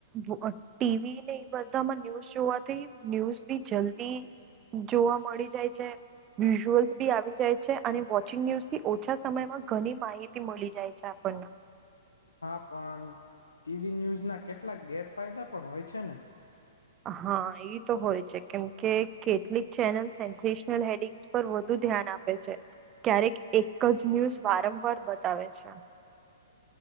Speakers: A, on the right; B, on the left.
A: ટીવી ને એ બધામાં ન્યૂઝ જોવાથી ન્યૂઝ બી જલ્દી, જોવા મળી જાય છે. વિઝ્યુઅલ્સ બી આવી જાય છે. અને વોચિંગ ન્યૂઝ થી ઓછા સમયમાં ઘણી માહિતી મળી જાય છે આપણને,
B: હા પણ ટીવી ન્યુઝ, ના કેટલાક ગેરફાયદા પણ હોય છે ને,
A: હા એ તો હોય છે. કેમ કે કેટલીક ચેનલ સેન્સેશનલ હેડિંગ, પર વધુ ધ્યાન આપે છે. ક્યારેક એક જ ન્યૂઝ વારંવાર બતાવે છે.